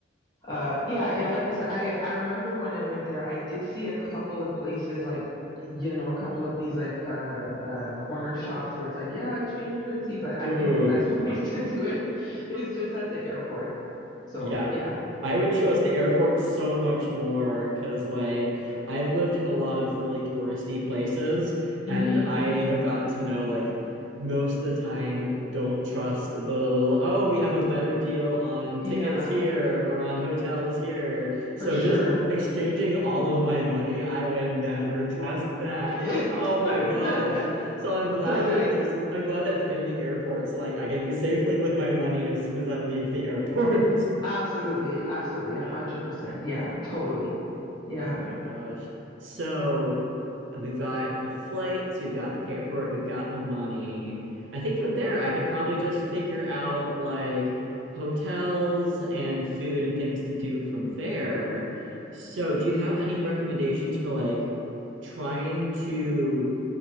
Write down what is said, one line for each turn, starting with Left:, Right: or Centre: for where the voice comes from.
Left: uh yeah, yeah, like I said, I I remember when I went there, I did see a couple of places like you know, a couple of these like uh uh corner shops where it's like, yeah, exchange currency, but I
Right: Ooh.
Left: think the best <laughs> place to do it is just at the airport. So,
Right: Yeah,
Left: yeah.
Right: I would trust the airport so much more because, like, I've lived in a lot of really touristy places, and
Left: hmm
Right: I have gotten to know, like, most of the time, don't trust the little, oh, we have a better deal on
Left: Yeah,
Right: tickets here or on hotels here. So
Left: for sure.
Right: just exchanging all of my money, I would never trust that.
Left: <laughs>
Right: Oh my gosh. So I'm glad
Left: Totally.
Right: that there's, I'm glad that it's in the airport so like I can be safely with my money as soon as I leave the <laughs> airport.
Left: Absolutely. Absolutely. A hundred percent. Yeah. Totally. Yeah.
Right: Oh my gosh. So we've got the flights, we've got the paperwork, we've got the money. I think from there I could probably just figure out like hotels and food and things to do from there. So do you have any recommendations for like trying to